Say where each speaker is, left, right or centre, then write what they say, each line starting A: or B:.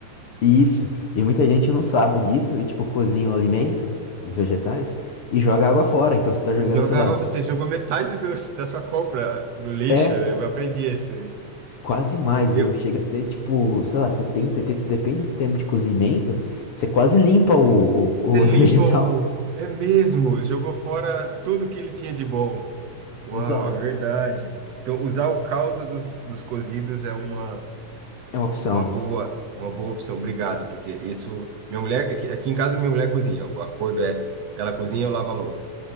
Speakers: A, on the left (about 60°); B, on the right (about 65°).
A: Isso. E muita gente não sabe disso e, tipo, cozinha o alimento, os vegetais, e joga a água fora. Então você tá jogando,
B: joga,
A: sei lá, s-
B: você jogou metade do, da sua compra no lixo.
A: é
B: Eu aprendi isso.
A: quase mais,
B: Eu,
A: viu? Chega a ser, tipo, sei lá, 70 80, depende do tempo de cozimento, você quase limpa o, o,
B: você limpa
A: o <laughs> vegetal.
B: o. É mesmo, jogou fora tudo que ele tinha de bom. Uau,
A: Exato.
B: é verdade. Então, usar o caldo dos, dos cozidos é uma.
A: É uma opção.
B: Uma boa, uma boa opção, obrigado, porque isso. Minha mulher, aqui, aqui em casa, minha mulher cozinha. O acordo é, ela cozinha, e eu lavo a louça.